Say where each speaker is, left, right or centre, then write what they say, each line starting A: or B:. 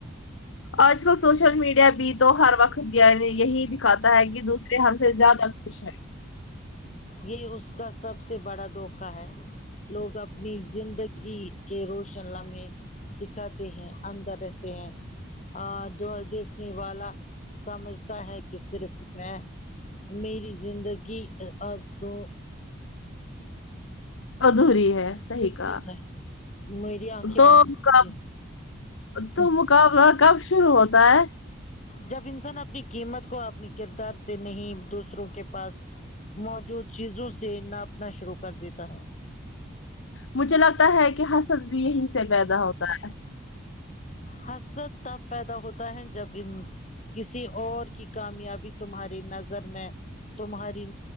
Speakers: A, on the left (about 80°); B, on the left (about 35°).
A: آج کل سوشل میڈیا بھی تو ہر وقت یہی دکھاتا ہے کہس ہم سے زیادہ خوش ہے
B: یہ اس کا سب سے بڑا دھوکا ہے لوگ اپنی زندگی کے روشن لمحے دکھاتے ہیں اندر رہتے ہیں جو دیکھنے والا سمجھتا ہے کہ صرف میں میری زندگی اب ہے تو
A: ادھوری ہے صحیح کا
B: ہے میری آنکھیں
A: تو
B: بند ہو گئی
A: کا تو
B: ہیں
A: مقابلہ کب شروع ہوتا ہے
B: جب انسان اپنی قیمت کو اپنی کردار سے نہیں دوسروں کے پاس موجود چیزوں سے ناپنا شروع کر دیتا ہے
A: مجھے لگتا ہے کہ حسد بھی یہیں سے پیدا ہوتا ہے
B: حسد تب پیدا ہوتا ہے جب ان کسی اور کی کامیابی تمہاری نظر میں تمہاری